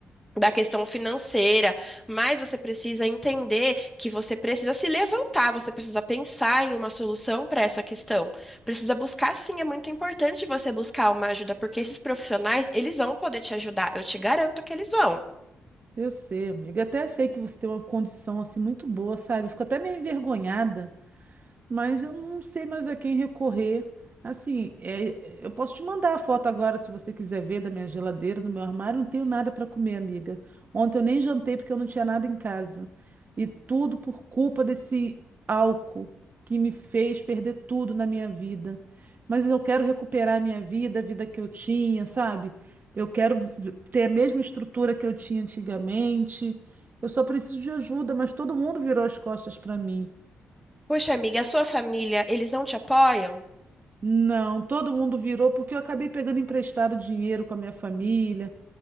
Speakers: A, in the centre; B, on the right.
A: da questão financeira. Mas você precisa entender que você precisa se levantar, você precisa pensar em uma solução para essa questão. Precisa buscar, sim, é muito importante você buscar uma ajuda, porque esses profissionais, eles vão poder te ajudar. Eu te garanto que eles vão.
B: Eu sei, amiga. Até sei que você tem uma condição assim muito boa, sabe? Eu fico até meio envergonhada mas eu não sei mais a quem recorrer. Assim, é, eu posso te mandar a foto agora, se você quiser ver, da minha geladeira, do meu armário. Não tenho nada para comer, amiga. Ontem eu nem jantei porque eu não tinha nada em casa. E tudo por culpa desse álcool que me fez perder tudo na minha vida. Mas eu quero recuperar a minha vida, a vida que eu tinha, sabe? Eu quero v- ter a mesma estrutura que eu tinha antigamente. Eu só preciso de ajuda, mas todo mundo virou as costas para mim.
A: Poxa, amiga, a sua família, eles não te apoiam?
B: Não, todo mundo virou porque eu acabei pegando emprestado dinheiro com a minha família.